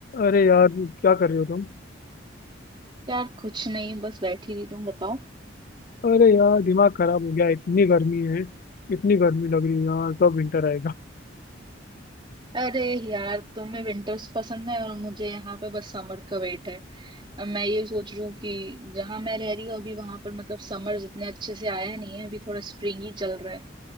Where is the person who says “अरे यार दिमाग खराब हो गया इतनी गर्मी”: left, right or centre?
Left